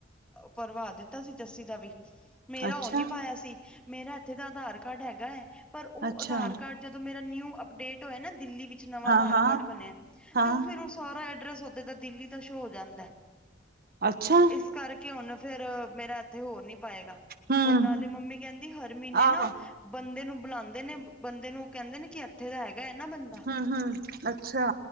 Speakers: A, in the centre; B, on the right.
A: ਭਰਵਾ ਦਿੱਤਾ ਸੀ ਜੱਸੀ ਦਾ ਵੀ ਮੇਰਾ
B: ਅੱਛਾ
A: ਉਹ ਨੀ ਪਾਇਆ ਸੀ ਮੇਰਾ ਇੱਥੇ ਤਾਂ ਆਧਾਰ ਕਾਰਡ ਹੈਗਾ ਹੈ ਪਰ ਉਹ
B: ਅੱਛਾ
A: ਆਧਾਰ ਕਾਰਡ ਜਦੋਂ ਮੇਰਾ ਨਿਊ ਅਪਡੇਟ ਹੋਇਆ ਨਾ ਦਿੱਲੀ ਵਿੱਚ ਨਵਾਂ
B: ਹਾਂ
A: ਆਧਾਰ
B: ਹਾਂ
A: ਕਾਰਡ ਬਣਿਆ
B: ਹਾਂ
A: ਤੇ ਫਿਰ ਉਹ ਸਾਰਾ ਅਡ੍ਰਸ ਓਦਰ ਦਾ ਦਿੱਲੀ ਦਾ ਸ਼ੋ ਹੋ ਜਾਂਦਾ
B: ਅੱਛਾ
A: ਇਸ ਕਰਕੇ ਹੂਨ ਫੇਿਰ ਮੇਰਾ ਇੱਥੇ ਹੋਰ ਨੀ ਪਾਏਗਾ
B: ਹੂੰ
A: ਉਹ ਨਾਲੇ ਮੰਮੀ ਕਹਿੰਦੀ ਹਰ ਮਹੀਨੇ
B: ਆਹੋ
A: ਨਾ ਬੰਦੇ ਨੂੰ ਬੁਲਾਉਂਦੇ ਨੇ ਬੰਦੇ ਨੂੰ ਕਹਿੰਦੇ ਨੇ ਕਿ ਇੱਥੇ ਦਾ ਹੈਗਾ ਹੈ ਨਾ ਬੰਦਾ
B: <unintelligible> ਅੱਛਾ